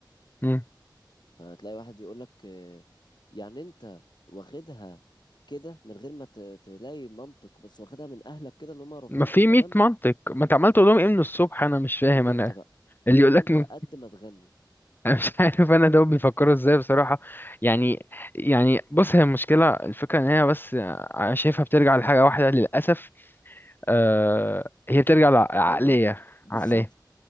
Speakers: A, on the left; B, on the left.
A: مم.
B: فتلاقي واحد يقول لك يعني انت واخدها كده من غير ما ت- تلاقي منطق بس واخدها من اهلك كده ان هم رافضين
A: ما في
B: فتمام
A: 100 منطق ما انت عمال تقول لهم ايه من الصبح انا مش فاهم
B: قول
A: انا
B: انت بقى
A: اللي
B: قول
A: يقول لك
B: انت
A: م-
B: قد ما تغني
A: انا مش <laughs> عارف انا دول بيفكروا ازاي بصراحه يعني يعني بص هي المشكله الفكره ان هي بس انا شايفها بترجع لحاجه واحده للاسف آه هي بترجع لعقليه
B: ايوه بالظبط
A: عقليه